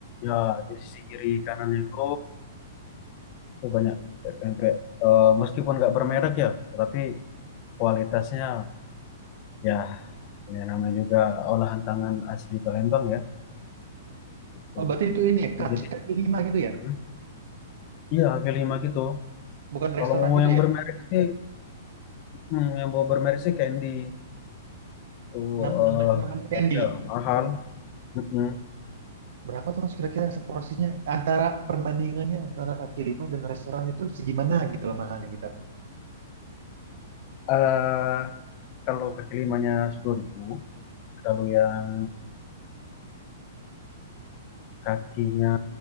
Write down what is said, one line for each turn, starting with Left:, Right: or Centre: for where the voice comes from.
Left: ya, di sisi kiri kanannya itu tuh banyak pempek. Eh, meskipun nggak bermerek ya, tapi kualitasnya ya, ya namanya juga olahan tangan asli Palembang ya, gitu.
Right: Oh berarti itu ini ya, kaki,
Left: Jadi,
Right: kaki lima gitu ya,
Left: mm, iya kaki lima gitu.
Right: bukan
Left: Kalau
Right: restoran
Left: mau
Right: gitu
Left: yang
Right: ya?
Left: bermerek sih, hmm, yang mau bermerek sih Candy itu,
Right: Nam
Left: eh
Right: namanya namanya Candy.
Left: tapi ya mahal. Mm-mm.
Right: Berapa tuh Mas kira-kira seporsinya antara perbandingannya antara kaki lima dan restoran itu segimana gitu loh mahalnya gitu.
Left: Eh, kalau kaki limanya sepuluh ribu, kalau yang kakinya